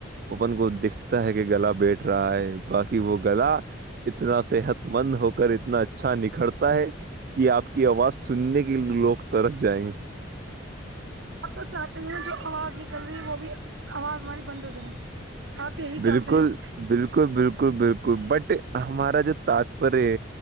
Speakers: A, on the right; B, on the right.
A: وہ اپن کو دکھتا ہے کہ گلا بیٹھ رہا ہے باقی وہ گلا اتنا صحت مند ہو کر اتنا اچھا نکھرتا ہے کی آپ کی آواز سننے کے لیےلوگ ترس جائیں گے
B: آب تو چاہتے ہیں نا جو آواز نکل رہی ہے وہ بھی آواز ہماری بند ہو جائے آپ یہی
A: بالکل
B: چاہتے ہیں
A: بالکل بالکل بالکل بٹ ہمارا جو <unintelligible> ہے